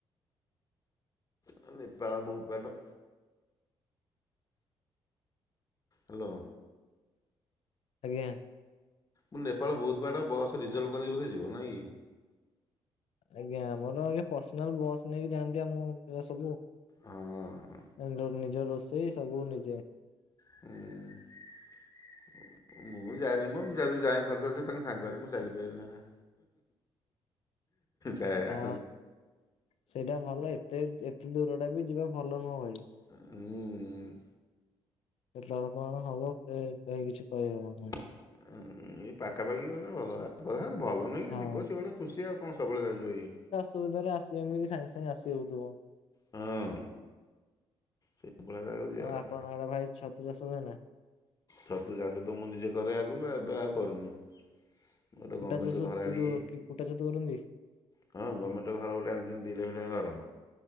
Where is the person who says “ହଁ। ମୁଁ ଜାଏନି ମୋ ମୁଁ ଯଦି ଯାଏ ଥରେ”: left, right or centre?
Left